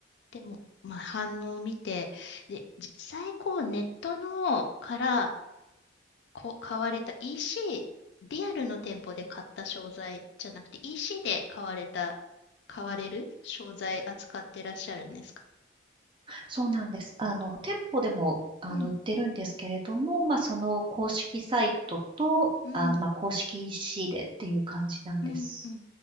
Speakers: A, on the left; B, on the right.
A: でも、まあ、反応を見て、で、実際こうネットのから、こ、買われた EC、リアルの店舗で買った商材じゃなくて EC で買われた、買われる商材扱ってらっしゃるんですか
B: そうなんです。あの、店舗でも、あの、
A: うん、
B: 売ってるんですけれども、まあ、その公式サイトと、
A: うん、
B: あの、まあ、公式 EC でっていう感じなんです。
A: うん、うん。